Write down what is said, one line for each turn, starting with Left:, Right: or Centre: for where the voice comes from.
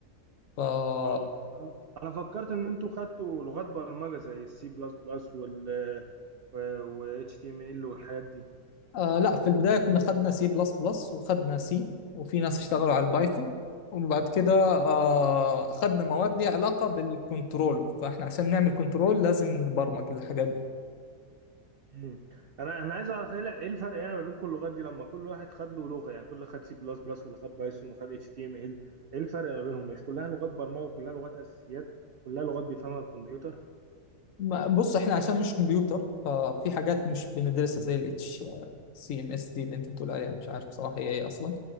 Left: ف آه
Right: اه انا أنا فكرت ان انتوا خدتوا لغات برمجه زي السي بلس بلس وال آه، و اتش تي ام ال والحاجات دي
Left: لا في البداية كنا خدنا سي بلس بلس وخدنا سي وفي ناس اشتغلوا على البايثون وبعد كده آه خدنا مواد ليها علاقة بالكنترول فاحنا عشان نعمل كنترول لازم نبرمج الحاجات
Right: مم. انا انا عايز اعرف ايه إيه الفرق يعني ما بين كل اللغات دي لما كل واحد خد له لغه يعني كل خد سي بلس بلس واللي خد بايثون وخد اتش تي ام ال ايه الفرق ما بينهم مش كلها لغات برمجه وكلها لغات اساسيات كلها لغات بيفهمها الكمبيوتر
Left: ما- بص احنا عشان مش كمبيوتر ففي حاجات مش بندرسها زي ال اتش سي ام اس دي اللي انت بتقول عليها مش عارف بصراحة هي ايه اصلا